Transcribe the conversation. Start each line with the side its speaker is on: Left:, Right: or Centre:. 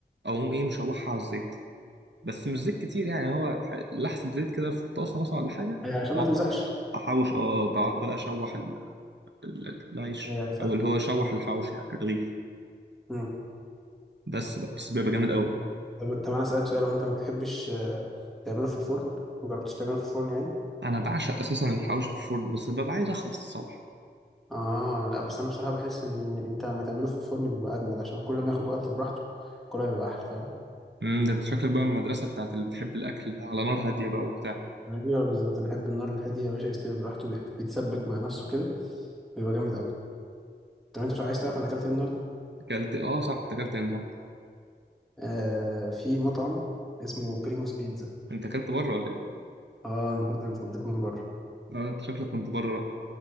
Right: اقوم ايه مشوحها على الزيت بس مش زيت كتير يعني هو ح- لحسه زيت كده في الطاسه مثلا ولا حاجه
Centre: أيوة، عشان
Right: بقعد
Centre: ما تلزقش
Right: احوش اه بقعد بقى اشوح ال- ال- العيش
Centre: ايوه فاهم
Right: او اللي هو اشوح الحوش يعني الرغيف
Centre: مم.
Right: بس بقى بس بيبقى جامد قوي
Centre: طب طب انا اسالك سؤال لو انت ما بتحبش آه، تعمله في الفرن ما جربتش تعمله في الفرن يعني
Right: انا بعشق اساسا الحوش في الفرن بس ببقى عايز اخلص الصراحه
Centre: اه لا بس انا بصراحه بحس ان انت لما تعمله في الفرن بيبقى اجمد عشان كل ما ياخد وقت براحته كل ما يبقى احلى فاهم
Right: امم ده انت شكلك بقى من المدرسه بتاعت اللي بتحب الاكل على نار هاديه بقى وبتاع
Centre: ايوه بالظبط انا بحب النار الهاديه يا باشا يستوي براحته ويت- ويتسبك مع نفسه كده بيبقى جامد قوي طب انت مش عايز تعرف انا اكلت ايه النهارده
Right: اكلت اه صح انت اكلت إيه النهارده
Centre: آه في مطعم اسمه بريموس بيتزا
Right: انت اكلت بره ولا ايه
Centre: اه النهارده انا اتغديت من بره
Right: اه انت شكلك كنت بره بقى